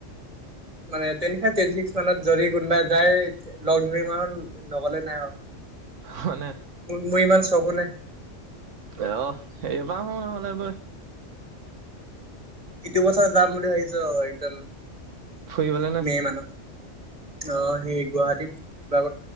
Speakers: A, on the right (about 30°); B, on the right (about 80°).
A: মানে তেনিফাই টেটি ছিক্স মানত যদি কোনোবা যায় লগ ধৰি মাহ হ'ল লগলে নাই আৰু।
B: হয়নে
A: মোৰ ইমান চকোনে
B: আহ সেইব শো নহলে বৈ
A: ইতিয়া বছত যাম বুলি ভাইছ একদম
B: ফুৰিবলে নে?
A: মে মানত অ সেই গুৱাহাটীত কিবা